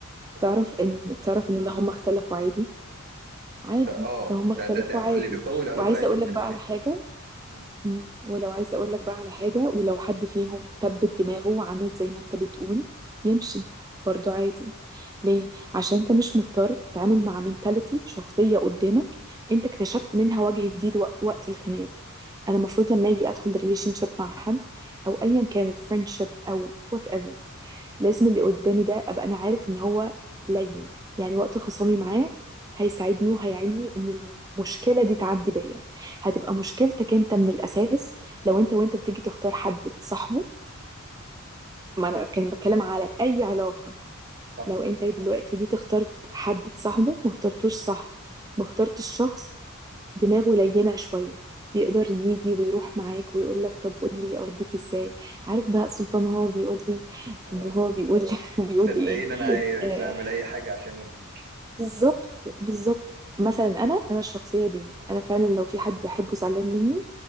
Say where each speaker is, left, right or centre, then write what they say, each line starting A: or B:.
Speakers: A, on the right (about 45°); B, on the right (about 15°).
A: اتفضل
B: تعرف ان تعرف ان اللي هم اختلفوا عادي عادي
A: ده اه
B: لو هم
A: ده
B: اختلفوا
A: ده ده
B: عادي
A: اللي بيقوي العلاقة
B: وعايزة
A: هي الاختلافات
B: اقول لك بقى على حاجة
A: مم.
B: مم. ولو عايزة اقول لك بقى على حاجة ولو حد فيهم تبت دماغه وعند زي ما انت بتقول يمشي برضو عادي ليه عشان انت مش مضطر تتعامل مع منتاليتي شخصية قدامك انت اكتشفت منها وجه جديد وق- وقت الخناق انا المفروض لما اجي ادخل ريليشن شيب مع حد او ايا كانت فريندشيب او whatever لازم اللي قدامي ده ابقى انا عارف ان هو لين يعني وقت خصامي معاه هيساعدني وهيعيني ان المشكله دي تعدي بيا هتبقى مشكلتك انت من الاساس لو انت وانت بتيجي تختار حد تصاحبه ما انا كان بتكلم على اي علاقه
A: صح
B: لو انت دلوقتي جيت اخترت حد تصاحبه ما اخترتوش صح ما اخترتش شخص دماغه لينه شويه يقدر يجي ويروح معاك ويقول لك طب قول لي ارضيك ازاي عارف بهاء سلطان هو بيقول لي
A: اه
B: وهو بيقول <laughs> بيقول
A: صدقيني
B: لي ايه
A: انا عايز
B: آه،
A: اعمل اي حاجه عشان ارضيكي
B: بالظبط بالظبط مثلا انا انا الشخصيه دي انا فعلا لو في حد بحبه زعلان مني